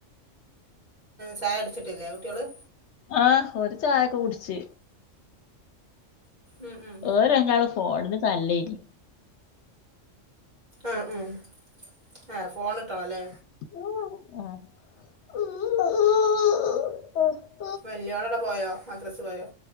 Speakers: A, on the right; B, on the left.
A: ചായടിച്ചിട്ടില്ലേ കുട്ട്യള്
B: ആഹ് ഓര് ചായൊക്കെ കുടിച്ച്
A: ഉം ഉം
B: ഓരണ്ടാളും ഫോൺന് തല്ലേനി
A: ആഹ് ഉം ആഹ് ഫോണിട്ടണം ല്ലേ
B: <unintelligible>
A: വെല്യയാളടെ പോയോ മദ്രസ് പോയോ